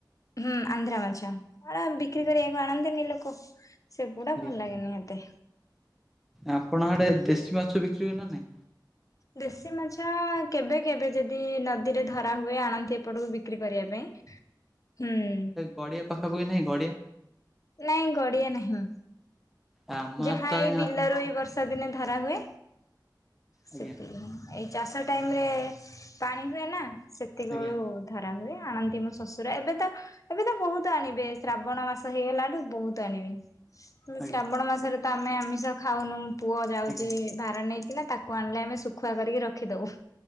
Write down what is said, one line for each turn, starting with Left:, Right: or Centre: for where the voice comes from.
Left: ହୁଁ ଆନ୍ଧ୍ରା ମାଛ <unintelligible> ବିକ୍ରି କରିବାକୁ ଆଣନ୍ତିନି ଲୋକ? ସେଗୁଡା
Centre: ଆଜ୍ଞା
Left: ଭଲ ଲାଗେନି ମତେ।
Centre: ଆପଣ ଆଡେ ଦେଶୀ ମାଛ ବିକ୍ରି ହୁଏ ନା ନାଇଁ?
Left: ଦେଶୀ ମାଛ କେବେ କେବେ ଯଦି ନଦୀରେ ଧରା ହୁଏ ଆଣନ୍ତି ଏପଟକୁ ବି ବିକ୍ରି କରିବା ପାଇଁ ହୁଁ।
Centre: ଗଡ଼ିଆ ପାଖାପାଖୀ ନାହିଁ ଗଡ଼ିଆ?
Left: ନାଇଁ ଗଡିଆ ନାହିଁ।
Centre: ଆମ
Left: ଯାହା
Centre: ଆଡେ ତ
Left: ଏଇ
Centre: ଆଜ୍ଞା
Left: ବିଲରୁ
Centre: ଆମର
Left: ଏଇ ବର୍ଷା ଦିନେ ଧରା ହୁଏ ସେତିକି
Centre: ଆଜ୍ଞା
Left: ଏ ଚାଷ ଟାଇମରେ ପାଣି ହୁଏ ନା ସେତିକି
Centre: ଆଜ୍ଞା
Left: ବେଳୁ ଧରା ହୁଏ ଆଣନ୍ତି ମୋ ଶ୍ୱଶୁର ଏବେ ତ ଏବେ ତ ବହୁତ ଆଣିବେ ଶ୍ରାବଣ ମାସ ହେଇଗଲାଠୁ ବହୁତ ଆଣିବେ।
Centre: ଆଜ୍ଞା
Left: ଶ୍ରାବଣ ମାସରେ ତ ଆମେ ଆମିଷ ଖାଉନୁ ପୁଅ ଯାଉଛି
Centre: ଆଜ୍ଞା
Left: ଭାର ନେଇ। କିନା ତାକୁ ଆଣିଲେ ଆମେ ଶୁଖୁଆ କରିକି ରଖିଦବୁ।